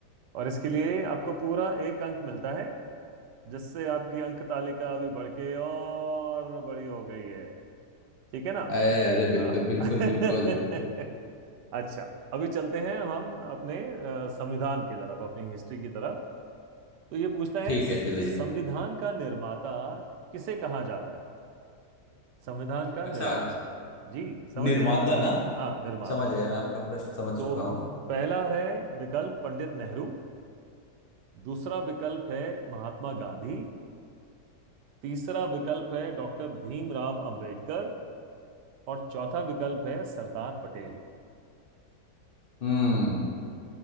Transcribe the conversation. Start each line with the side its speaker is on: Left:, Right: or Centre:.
Right: और इसके लिए आपको पूरा एक अंक मिलता है जिससे आपकी अंक तालिका अभी बढ़ के और बड़ी हो गई है ठीक है ना
Left: अरे अरे बिल्कुल
Right: हाँ
Left: बिल्कुल
Right: <laughs>
Left: बिल्कुल
Right: अच्छा अभी चलते हैं हम अपने अ, संविधान की तरफ अपनी हिस्ट्री की तरफ तो ये पूछता है
Left: ठीक
Right: स-
Left: है चलिए
Right: संविधान का निर्माता किसे कहा जाता है संविधान का
Left: अच्छा
Right: निर्माता जी समझ
Left: निर्माता
Right: गए आप
Left: ना
Right: हाँ निर्माता
Left: समझ गया मैं आपका प्रश्न समझ
Right: तो
Left: चुका हूँ
Right: पहला है विकल्प पंडित नेहरू दूसरा विकल्प है महात्मा गांधी तीसरा विकल्प है डॉक्टर भीमराव अंबेडकर और चौथा विकल्प है सरदार पटेल
Left: हम्म